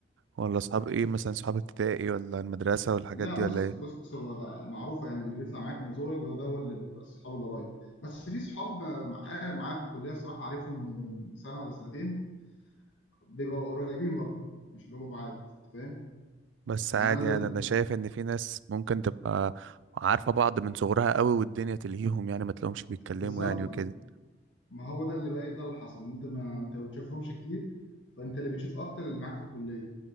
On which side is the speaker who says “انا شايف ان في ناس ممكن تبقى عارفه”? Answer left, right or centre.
Right